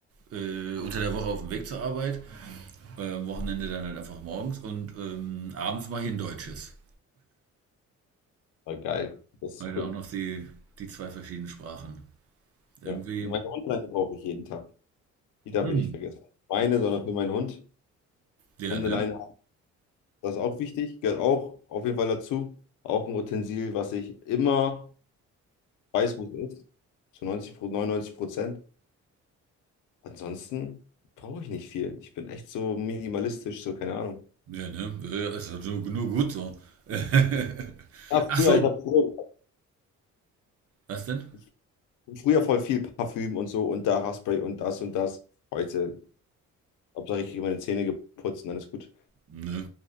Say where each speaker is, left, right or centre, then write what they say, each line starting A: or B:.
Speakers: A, on the right (about 50°); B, on the left (about 85°).
A: äh, unter der Woche auf dem Weg zur Arbeit, äh, am Wochenende dann halt einfach morgens und ähm, abends mache ich ein deutsches.
B: Ah, geil, das ist
A: Habe ich dann
B: cool.
A: auch noch die, die zwei verschiedenen Sprachen. Irgendwie,
B: Ja. Meine Hundeleine brauche ich jeden Tag. Die darf
A: hm,
B: ich nicht vergessen. Meine, sondern für meinen Hund.
A: Ja,
B: Hundeleine,
A: ne?
B: das ist auch wichtig, gehört auch auf jeden Fall dazu. Auch ein Utensil, was ich immer weiß, wo es ist, zu neunzig Pro- 99 Prozent. Ansonsten brauche ich nicht viel. Ich bin echt so minimalistisch, so keine Ahnung.
A: Ja, ne? Ja, ist ja nur, nur gut so. <laughs>
B: Ja, früher,
A: Ach so,
B: ich habe früher,
A: was denn?
B: ich hab früher voll viel Parfüm und so und da Haarspray und das und das. Heute, Hauptsache ich kriege meine Zähne geputzt und dann ist gut.
A: Nö,